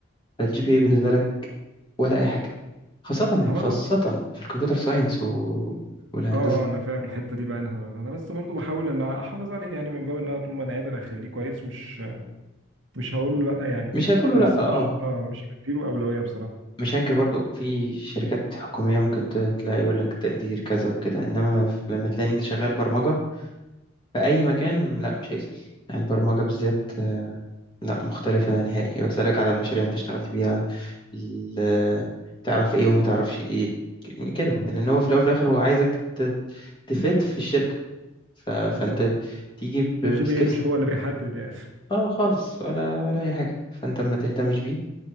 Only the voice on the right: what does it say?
هو
انا
اه آه، انا فاهم الحته دي بعينها انا بس برضو بحاول ان احافظ عليه يعني من باب ان انا طول ما انا قادر اخليه كويس مش مش هقول له لا يعني
بس
مش اه مش بديله اولويه بصراحه
اه
بالظبط
فالجي
بي اي مش هو اللي بيحدد يعني